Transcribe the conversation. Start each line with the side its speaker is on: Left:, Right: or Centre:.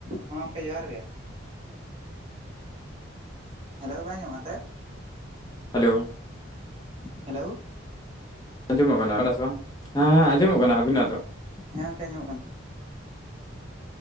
Right: ᱦᱚᱸ ᱜᱚᱝᱠᱮ ᱡᱚᱦᱟᱨ ᱜᱮ᱾ ᱦᱮᱞᱚ ᱵᱟᱭ ᱟᱸᱡᱢᱚᱜᱼᱟ ᱠᱟᱱ ᱛᱮ?
Left: ᱦᱮᱞᱟ᱾
Right: ᱦᱮᱞᱟᱣ᱾
Left: ᱟᱸᱡᱚᱢᱚᱜ ᱠᱟᱱᱟ ᱥᱮ ᱵᱟᱝ? ᱦᱮᱸ ᱦᱮᱸ ᱟᱸᱡᱚᱢᱚᱜ ᱠᱟᱱᱟ ᱟᱵᱤᱱᱟᱜ ᱫᱚ᱾
Right: ᱦᱮᱸ ᱜᱚᱢᱠᱮ ᱟᱧᱢᱚᱜ ᱠᱟᱱ